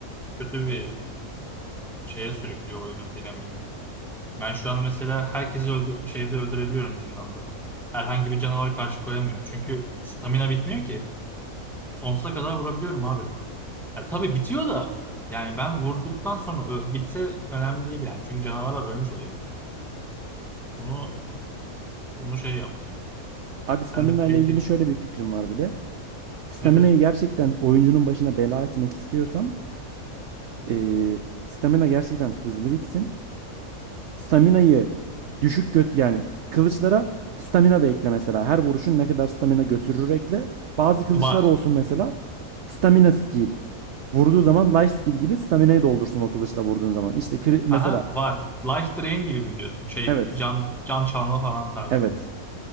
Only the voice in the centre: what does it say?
kötü bir şeye sürüklüyor oyunun dinamiğini. Ben şu anda mesela herkesi öldü şeyde öldürebiliyorum zindanda. Herhangi bir canavar karşı koyamıyor. Çünkü stamina bitmiyor ki. Sonsuza kadar vurabiliyorum abi. Ya tabii bitiyor da yani ben vurduktan sonra ö- bitse önemli değil yani. Çünkü canavarlar ölmüş oluyor. Bunu bunu şey yap.
Sen
de playtest
nedir?
Var.
Aha var. Life Drain gibi mi diyorsun? Şey
can can çalma falan tarzında.